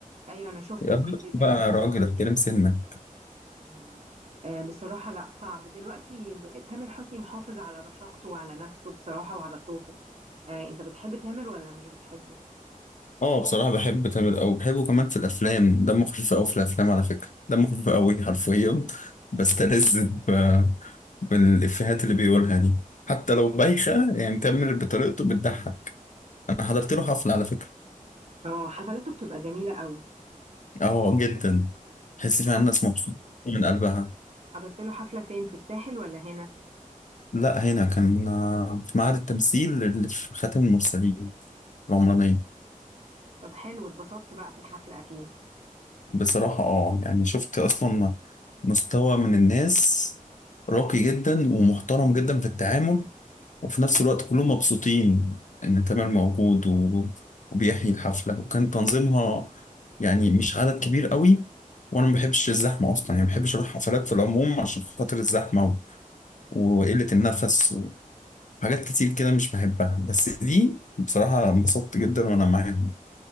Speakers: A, on the right (about 50°); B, on the left (about 60°).
A: ايوه انا شفت
B: يا
A: الفيديو
B: راجل بقى
A: ده
B: يا راجل احترم سنك
A: مم. آه، بصراحة لا صعب دلوقتي ب- تامر حسني محافظ على رشاقته وعلى نفسه بصراحة وعلى صوته آه، انت بتحب تامر ولا مش بتحبه
B: اه بصراحة بحب تامر أوي بحبه كمان في الأفلام دمه خفيف أوي في الأفلام على فكرة دمه خفيف أوي حرفيا <laughs> بستلذ ب- بالإفيهات اللي بيقولها دي حتى لو بايخة يعني تامر بطريقته بتضحك أنا حضرت له حفلة على فكرة
A: اه حفلاته بتبقى جميلة قوي
B: اه جدا تحس
A: انت
B: فيها
A: ح-
B: الناس مبسوطة من قلبها
A: حضرت له حفلة فين في الساحل ولا هنا
B: لا هنا كان آه، في معهد التمثيل اللي في خاتم المرسلين
A: مم.
B: العمرانية
A: طب حلو اتبسطت بقى في الحفلة اكيد
B: بصراحة اه يعني شفت اصلا مستوى من الناس راقي جدا ومحترم جدا في التعامل وفي نفس الوقت كلهم مبسوطين ان تامر موجود و- وبيحيي الحفلة وكان تنظيمها يعني مش عدد كبير قوي وانا ما بحبش الزحمة اصلا يعني ما بحبش اروح حفلات في العموم عشان خاطر الزحمة و- وقلة النفس وحاجات كتير كده مش بحبها بس دي بصراحة انبسطت جدا وانا معاهم